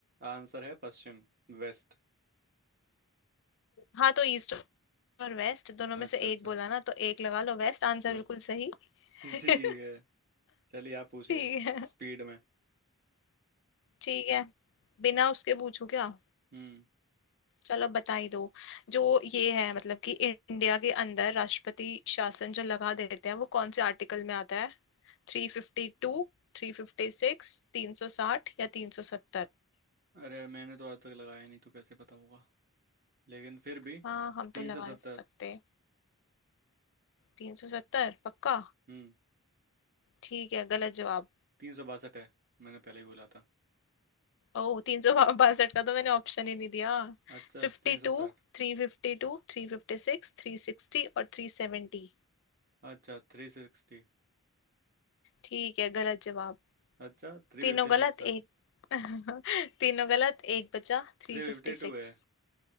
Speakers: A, on the right; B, on the left.
A: आंसर है पश्चिम वेस्ट
B: हाँ तो ईस्ट और वेस्ट दोनों
A: अच्छा
B: में से
A: अच्छा
B: एक बोला ना तो एक लगा लो वेस्ट आंसर
A: अच्छा
B: बिल्कुल सही <laughs>
A: ठीक <laughs> है चलिए आप पूछिए
B: ठीक है
A: स्पीड में
B: ठीक है बिना उसके पूछू क्या
A: हम्म
B: चलो बता ही दो जो ये है मतलब कि इंडिया के अंदर राष्ट्रपति शासन जो लगा देते हैं वो कौन से आर्टिकल में आता है Three fifty two three fifty six तीन सौ साठ या तीन सौ सत्तर
A: अरे मैंने तो आज तक लगाया नहीं तो कैसे पता होगा लेकिन फिर भी
B: हाँ हम
A: तीन
B: तो
A: सौ
B: लगा
A: सत्तर
B: नहीं सकते तीन सौ सत्तर पक्का
A: हम्म
B: ठीक है गलत जवाब
A: तीन सौ बासठ है मैंने पहले ही बोला था
B: ओह तीन सौ बासठ का तो मैंने ऑप्शन ही नहीं दिया
A: अच्छा
B: Fifty
A: तीन सौ
B: two
A: साठ
B: three fifty two three fifty six three sixty और थ्री सेवेंटी
A: अच्छा थ्री सिक्सटी
B: ठीक है गलत जवाब
A: अच्छा थ्री
B: तीनों
A: फिफ्टी
B: गलत
A: सिक्स है
B: एक <laughs> तीनों गलत एक बचा three
A: थ्री
B: fifty
A: फिफ्टी
B: six
A: टू है